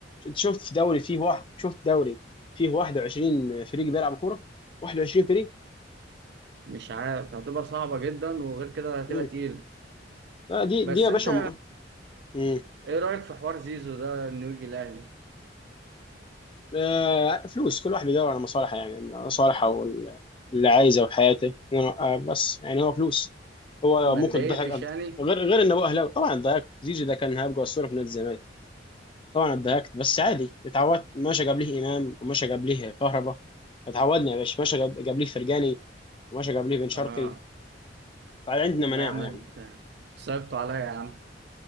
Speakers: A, on the left; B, on the right.
A: انت شفت في دوري فيه واحد شفت دوري فيه 21 فريق بيلعب كوره 21 فريق
B: مش عارف هتبقى صعبه جدا وغير كده هتبقى
A: مم.
B: تقيل
A: آه، دي
B: بس
A: دي يا
B: انت
A: باشا مم.
B: ايه رايك في حوار زيزو ده انه يجي الاهلي
A: آه، فلوس كل واحد بيدور على مصالحه يعني مصالحه وال- اللي عايزه وحياته آه، بس يعني هو فلوس هو
B: ما
A: ممكن
B: اتضايقتش
A: تضحك
B: يعني
A: غير غير انه هو اهلاوي طبعا اتضايقت زيزو ده كان هيبقى اسطوره في نادي الزمالك طبعا اتضايقت بس عادي اتعودت ماشي جاب ليه امام وماشي جاب ليه كهربا اتعودنا يا باشا ماشي جاب جاب ليه فرجاني وماشي جاب ليه بن شرقي
B: اه
A: فعندنا مناعه
B: لا يا عم
A: يعني
B: انت صعبتوا عليا يا عم